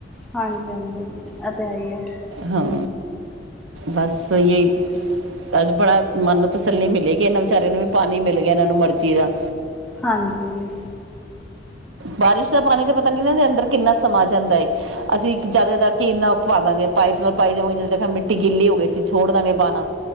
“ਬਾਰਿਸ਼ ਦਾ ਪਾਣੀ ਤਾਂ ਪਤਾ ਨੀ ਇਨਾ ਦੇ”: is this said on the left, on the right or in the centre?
Right